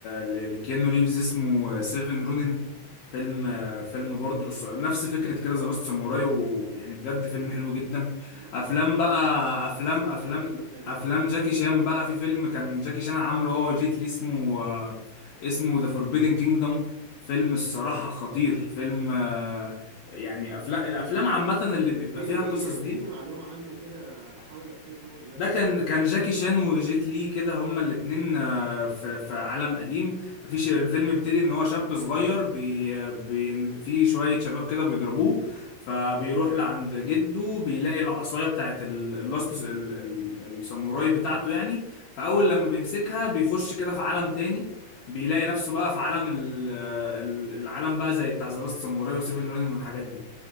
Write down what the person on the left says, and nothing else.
ل- لكيانو ريفز اسمه سيفن رونين فيلم فيلم برضو الص- نفس فكره كده ذا لاست ساموراي ويعني بجد فيلم حلو جدا
افلام
بقى افلام
افلام
افلام
جاكي شان بقى في فيلم كان جاكي شان عامله هو جيت لي اسمه آه، اسمه ذا فوربيدن كينجدم فيلم الصراحة خطير فيلم آه، يعني افلام
الافلام عامة
اللي بيبقى
فيها قصص
دي
ده
كان
كان
جاكي
شان وجيت لي كده هما الاتنين آه، في في عالم قديم ففي ش- الفيلم بيبتدي ان هو شاب صغير بي آه، بي في شوية شباب كده بيضربوه فبيروح لعند جده بيلاقي العصاية بتاعت ال- اللاست ال- ال- الساموراي بتاعته يعني فأول لما بيمسكها بيخش كده في عالم تاني بيلاقي نفسه بقى في عالم ال- آه، ال- العالم بقى زي بتاع ذا لاست ساموراي وسيفن رينج والحاجات دي